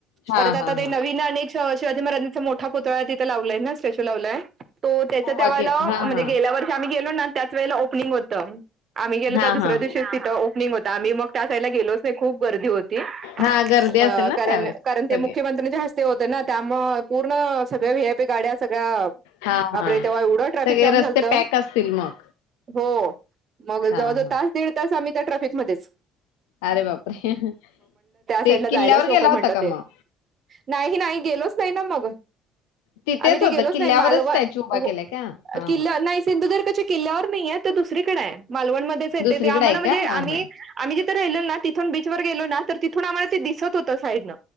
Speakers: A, on the left; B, on the right.
A: हां,
B: परत आता
A: हां,
B: ते
A: हां.
B: नवीन शिवाजी महाराजांचा मोठा पुतळा तिथे लावलाय ना. स्टॅच्यू लावलाय. तो त्याचं
A: उभा
B: त्या वेळेला
A: केला. हां,
B: म्हणजे
A: हां.
B: गेल्या वर्षी आम्ही गेलो ना त्याच वेळेला ओपनिंग होतं. आम्ही गेलो
A: हां,
B: त्या दुसऱ्या
A: हां.
B: दिवशीचं तिथं ओपनिंग होता. आम्ही मग त्या साईडला गेलोचं नाही खूप गर्दी होती.
A: हां, गर्दी असेल
B: अ
A: ना
B: कारण
A: त्यावेळेस
B: ते
A: सगळे.
B: मुख्यमंत्र्यांच्या हस्ते ते होते. ना त्यामुळे पूर्ण सगळ्या वि आय पी गाड्या सगळ्या
A: हां,
B: बापरे!
A: हां.
B: तेव्हा एवढं ट्रॅफिक
A: सगळे
B: जाम
A: रस्ते
B: झालंतं.
A: पॅक असतील मग.
B: हो. मग जवळ
A: हां,
B: जवळ
A: हां.
B: तास दीड तास आम्ही त्या ट्रॅफिकमध्येचं.
A: अरे बापरे रे? ते
B: साईडला जायलाच
A: किल्ल्यावर गेला
B: नको म्हणता
A: होता का
B: ते.
A: मग?
B: नाही नाही गेलोचं नाही ना मग.
A: तिथेच
B: आम्ही ते
A: होतं
B: गेलोचं
A: किल्ल्यावरच
B: नाही. मालव
A: स्टॅच्यू
B: हो
A: उभा केलाय का? हां,
B: अ किल्ल
A: हां.
B: सिंधुदुर्ग किल्ल्यावर नाही आहे. ते दुसरीकडे आहे. मालवण मध्येचं येते
A: दुसरीकडे
B: ते. आम्हाला
A: आहे
B: म्हणजे
A: का?
B: आम्ही
A: हां, हां.
B: आम्ही जिथे राहलो ना तिथून बीच वर गेलो ना तर तिथून आम्हाला ते दिसत होत साइडनं.